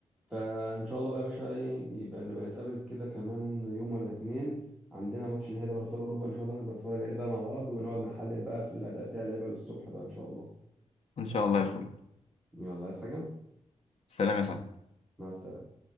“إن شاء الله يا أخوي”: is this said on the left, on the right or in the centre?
Left